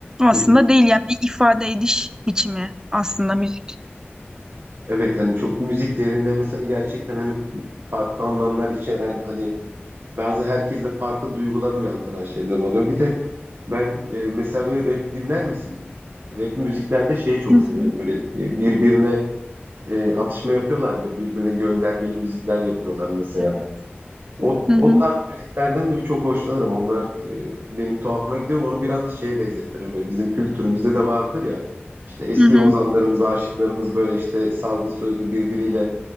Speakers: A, on the right; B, on the right.
A: hı
B: aslında
A: hı.
B: değil yani bir ifade ediş biçimi aslında müzik.
A: Evet hani çok müzik değerinde mesela gerçekten hani farklı anlamlar içeren hani Bazı herkeste farklı duygular uyandıran şeyler oluyor. Bir de ben e, mesela böyle rap dinler misin? Rap müziklerde şeyi çok
B: Dinledim.
A: severim. Böyle e, birbirine e, atışma yapıyorlar. Böyle birbirine göndermeli müzikler yapıyorlar mesela.
B: Evet.
A: O,
B: Hı
A: o
B: hı.
A: tarz müziklerden biri çok hoşlanırım. Onlar e, benim tuhafıma gidiyor. Onu biraz da şeye benzetirim. Böyle bizim kültürümüzde de vardır ya. İşte eski
B: Hı hı.
A: ozanlarımız, aşıklarımız böyle işte sazlı sözlü birbiriyle